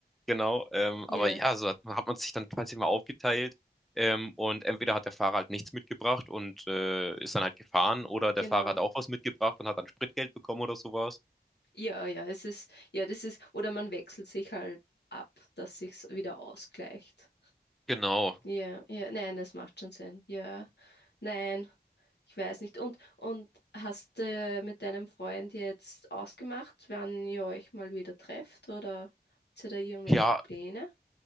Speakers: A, in the centre; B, on the left (about 85°).
A: Genau, ähm,
B: ja,
A: aber ja, so hat, hat man sich dann quasi mal aufgeteilt. Ähm, und entweder hat der Fahrer halt nichts mitgebracht und äh, ist dann halt gefahren, oder der
B: genau.
A: Fahrer hat auch was mitgebracht und hat dann Spritgeld bekommen oder sowas.
B: Ja, ja, es ist, ja, das ist, oder man wechselt sich halt ab, dass sich's wieder ausgleicht.
A: Genau.
B: Ja, ja, nein, das macht schon Sinn. Ja, nein. Ich weiß nicht. Und, und hast du mit deinem Freund jetzt ausgemacht, wann ihr euch mal wieder trefft oder habt ihr da irgendwelche
A: Ja,
B: Pläne?